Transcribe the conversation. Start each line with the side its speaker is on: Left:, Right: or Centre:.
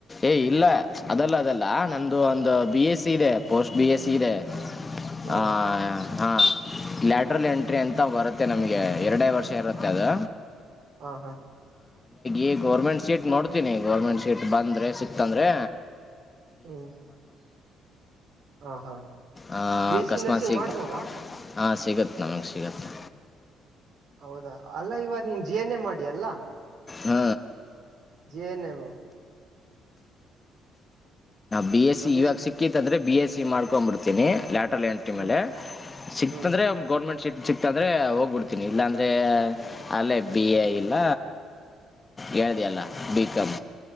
Left: ಏ ಇಲ್ಲ ಅದಲ್ಲ ಅದಲ್ಲ ನ್ದ ಒಂದು ಬಿ ಎಸ್ ಸಿ ಇದೆ ಪೋಸ್ಟ್ ಬಿ ಎಸ್ ಸಿ ಇದೆ
Right: ಹ್ಮ
Left: ಆ ಹ ಲಾಟ್ರಲ್ ಎಂಟ್ರಿ ಅಂತ ಬರುತ್ತೆ ನಮಗೆ ಎರಡೇ ವರ್ಷ ಇರುತ್ತೆ ಅದು
Right: ಹಾ ಹಾ
Left: ಈ ಗೌರ್ಮೆಂಟ್ ಸೀಟ್ ನೋಡ್ತೀಿ ಗರ್ಮೆಂಟ್ ಸೀಟ್ ಬಂದ್ರೆ ಸಿಕ್ತಂದ್ರೆ
Right: ಹ್ಮ್ ಹಾ ಹಾ
Left: ಆ,
Right: ಬಿ ಎಸ್ಸ
Left: ಅಕಸ್ಮಾತ್
Right: ನರ್ಸಿಂಗ್
Left: ಸಿಗ್
Right: ಮಾಡ್ಬೋದಾ
Left: ಹಾಂ ಸಿಗುತ್ತೆ ನಮಗೆ ಸಿಗುತ್ತೆ
Right: ಹೌದಾ ಅಲ್ಲ ಇವ ನೀನ್ ಜಿ ಎನ್ ಎ ಮಾಡಿ ಅಲ್ಲಾ
Left: ಹ್ಮ
Right: ಜಏನಮ
Left: ಬಿ ಎಸ್ ಸಿ
Right: ಅದೆಷ್ಟು
Left: ಇವಾಗ ಸಿಕ್ಕಿತ್ ಅಂದೆ ಬಿ ಎಸ್ ಸಿ ಮಾಡ್ಕೊಂಡಬ ಬಿಡ್ತನಿ ಲಾಟ ಟ
Right: ಹ್ಮ್
Left: ಮೇಲೆ ಸಿಕ್ತಂದ್ರೆ
Right: ಹ್ಮ್
Left: ಗೌರ್ಮೆಂಟ್ ಶೀಟ್ ಸಿಕ್ತಂದ್ರೆ ಹೋಗ್ಬಿಡ್ತೀನಿ ಇಲ್ಲಾಂದ್ರೆ ಅಲ್ಲೇ
Right: ಹ್ಮ್
Left: ಬಿ ಎ ಇಲ್ಲ ಹೇಳ್ದಿಯಲ್ಲ ಬಿಕಂ